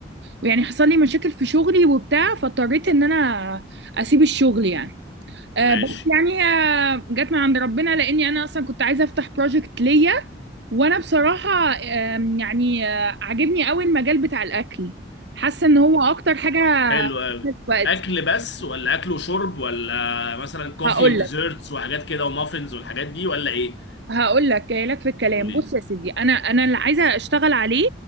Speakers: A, on the right; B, on the left.
A: ويعني حصل لي مشاكل في شغلي وبتاع فاضطريت ان انا اسيب الشغل يعني آه،
B: ماشي
A: بس يعني آه، جت من عند ربنا لاني انا اصلا كنت عايزه افتح بروجكت ليا وانا بصراحه آم، يعني آه، عاجبني قوي المجال بتاع الاكل حاسه ان هو اكتر حاجه
B: حلو قوي
A: في وقت
B: اكل بس ولا اكل وشرب ولا مثلا كوفي
A: هقول
B: وديزرتس
A: لك
B: وحاجات كده ومافنز والحاجات دي ولا ايه
A: هقول لك جاي لك في الكلام
B: قولي
A: بص
B: لي
A: يا سيدي انا انا اللي عايزه اشتغل عليه